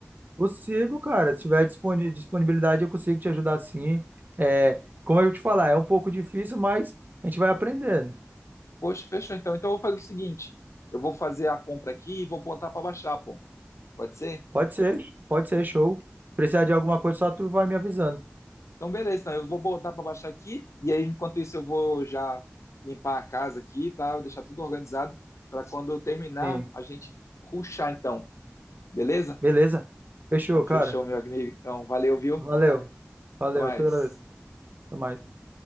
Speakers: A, on the right; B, on the left.
A: Consigo, cara. Se tiver disponi- disponibilidade, eu consigo te ajudar sim. É, como eu te falar, é um pouco difícil, mas a gente vai aprendendo.
B: Poxa, fechou então. Então eu vou fazer o seguinte: eu vou fazer a compra aqui e vou botar pra baixar, pô. Pode ser?
A: Pode ser, pode ser, show. Se precisar de alguma coisa, só tu vai me avisando.
B: Então, beleza, então eu vou botar para baixar aqui, e aí enquanto isso eu vou já limpar a casa aqui, tá? Eu deixar tudo organizado para quando eu terminar
A: Sim.
B: a gente ruxar então, beleza?
A: Beleza? Fechou,
B: Então
A: cara.
B: fechou, meu amigo. Então, valeu, viu?
A: Valeu. Valeu,
B: Até mais.
A: eu que agradeço. Até mais.